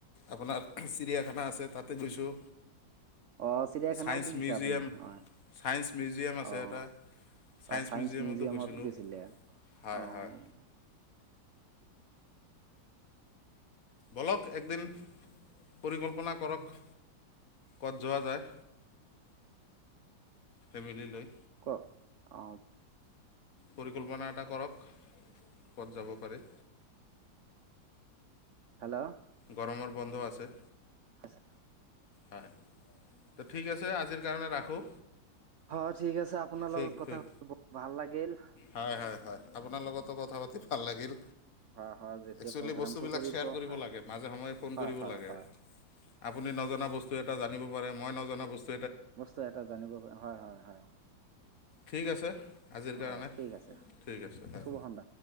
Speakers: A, on the left; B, on the right.
A: আপোনা তাৰ চিৰিয়াখানা আছে তাতে গৈছোঁ।
B: অ চিৰিয়াখানাও
A: ছায়েন্স
B: দেখিছে
A: মিউজিয়াম
B: আপুনি হয়
A: ছায়েন্স মিউজিয়াম আছে
B: অঁ।
A: এটা ছায়েন্স
B: অ চাইন্স
A: মিউজিয়ামতো
B: মিউজিয়ামত
A: গৈছিলোঁ
B: গৈছিলে?
A: হয়
B: অঁ।
A: হয় বলক একদিন পৰিকল্পনা কৰক, ক'ত যোৱা যায় ফেমিলি লৈ।
B: ক, অঁ।
A: পৰিকল্পনা এটা কৰক, ক'ত যাব পাৰে।
B: হেল্ল।
A: গৰমৰ বন্ধ আছে।
B: আচ্ছা
A: হয়। ত', ঠিক আছে। আজিৰ কাৰণে ৰাখোঁ।
B: হয়, ঠিক আছে। আপোনাৰ
A: ঠিক
B: লগত কথা,
A: ঠিক
B: ভাল লাগিল।
A: হয়, হয়, হয়। আপোনাৰ লগতো কথা পাতি ভাল লাগিল।
B: হয় হয় যেতিয়া
A: একচুৱেলি,
B: প্ৰগ্ৰামটো
A: বস্তুবিলাক শ্বেয়াৰ কৰিব
B: হয়
A: লাগে। মাজে-সময়ে ফোন
B: হয়
A: কৰিব
B: হয়
A: লাগে।
B: হয়
A: আপুনি নজনা বস্তু এটা জানিব পাৰে। মই নজনা বস্ত
B: বস্তু এটা জানিব। হয়, হয়, হয়।
A: ঠিক আছে। আজিৰ কাৰণে
B: হয়, ঠিক আছে।
A: ঠিক আছে, হয়।
B: শুভ সন্ধ্যা